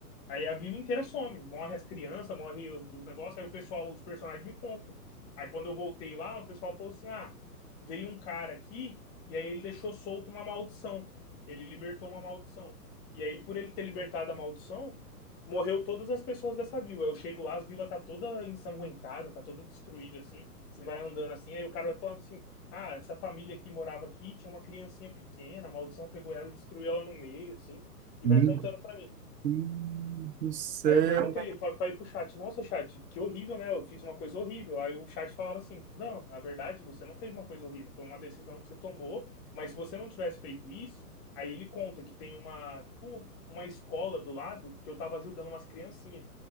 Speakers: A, on the left (about 20°); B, on the right (about 85°).
A: Aí a vila inteira some, morre as crianças, morre o- os negócios, aí o pessoal, os personagens me contam. Aí quando eu voltei lá, o pessoal falou assim: ah, veio um cara aqui e aí ele deixou solto uma maldição. Ele libertou uma maldição. E aí, por ele ter libertado a maldição, morreu todas as pessoas dessa vila. Eu chego lá, as vilas tá toda ensanguentada, tá toda destruída, assim. Você vai andando assim, aí o cara vai falando assim: ah, essa família que morava aqui tinha uma criancinha pequena, a maldição pegou ela e destruiu ela no meio, assim, e
B: Meu
A: vai contando pra mim.
B: Deus do céu.
A: Aí eu perguntei pra, pra ir pro chat, nossa, chat, que horrível, né? Eu fiz uma coisa horrível. Aí o chat falava assim, não, na verdade, você não fez uma coisa horrível, foi uma decisão que você tomou, mas se você não tivesse feito isso, aí ele conta que tem uma, tipo, uma escola do lado que eu tava ajudando umas criancinhas.